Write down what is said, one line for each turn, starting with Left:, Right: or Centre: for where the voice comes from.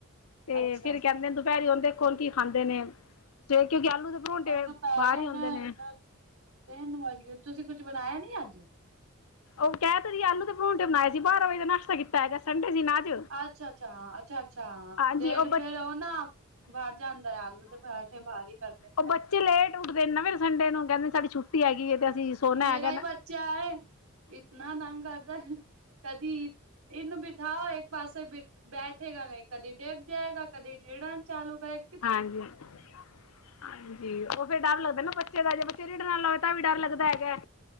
Left: ਤੇ
Right: ਅੱਛਾ
Left: ਫਿਰ ਕਹਿੰਦੇ ਨੇ ਦੁਪਹਿਰੀ ਉਨ ਦੇਖੋ ਕੀ ਖਾਂਦੇ ਨੇ ਸਵੇ ਕਿਉਂਕਿ ਆਲੂ ਦੇ ਪਰੌਂਠੇ
Right: ਅਜ ਦੋਪੈਰੇ
Left: ਬਾਹਰ
Right: ਉਨ
Left: ਹੀ ਹੁੰਦੇ ਨੇ।
Right: ਤੀਨ ਵਜ ਗਏ ਤੁਸੀਂ ਕੁੱਝ ਬਣਾਇਆ ਨੀ ਅੱਜ।
Left: ਉਹ ਕਹਿ ਤੇ ਰੀ ਆਲੂ ਦੇ ਪਰੋਂਟੇ ਬਣਾਏ ਸੀ, ਬਾਰਾਂ ਵਜੇ ਦਾ ਨਸ਼ਤਾ ਕੀਤਾ ਹੈਗਾ, ਸੰਡੇ ਸੀ ਨਾ ਅੱਜ।
Right: ਅੱਛਾ-ਅੱਛਾ ਹਾ ਅੱਛਾ-ਅੱਛਾ ਹਾ,
Left: ਹਾਂਜੀ
Right: ਦੇ
Left: ਬ
Right: ਫੇਿਰ ਉਹ ਨਾ ਭਰ ਜਾਂਦਾ ਆ ਆਲੂ ਤੇ ਪਰਾਂਠੇ ਭਾਰੀ ਕਰਦੇ ਨੇ।
Left: ਉ
Right: ਨਾ।
Left: ਬੱਚੇ ਲੇਟ ਉੱਠਦੇ ਨੇ ਨਾ ਫਿਰ ਸੰਡੇ ਨੂੰ ਕਹਿੰਦੇ ਸਾਡੀ ਛੁੱਟੀ ਟੀ ਹੈਗੀ ਹੈ ਤੇ ਅਸੀਂ ਸੋਨਾ
Right: ਮੇਰਾ
Left: ਹੈਗਾ ਨਾ
Right: ਹੀ ਬੱਚਾ ਹੈ, ਇਤਨਾ ਤੰਗ ਕਰਦਾ ਕਦੀ ਇਨੂੰ ਬਿਠਾਓ ਇੱਕ ਪਾਸੇ ਬਿ ਬੈਠੇਗਾ, ਕਦੇ ਡਿੱਗ ਜਾਏਗਾ, ਕਦੇ ਰਿਡਨ ਚਾਲੂ ਕਰੇਗਾ।
Left: ਹਾਂਜੀ-ਹਾਂਜੀ, ਉ ਫੇਰ ਡਰ ਲੱਗਦਾ ਨਾ ਬੱਚੇ ਦਾ ਜੇ ਬੱਚਾ ਰੀਡਨ ਵਾਲਾ ਤਾ ਵੀ ਡਰ ਲੱਗਦਾ ਹੈਗਾ।